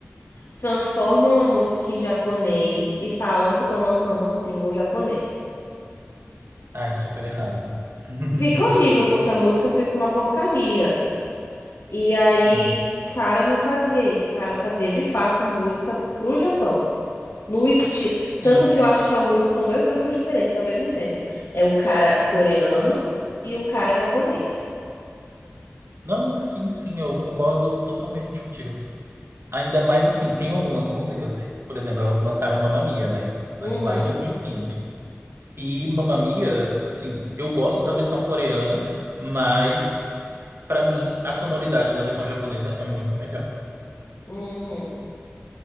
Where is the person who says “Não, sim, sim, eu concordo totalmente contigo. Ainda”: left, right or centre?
Right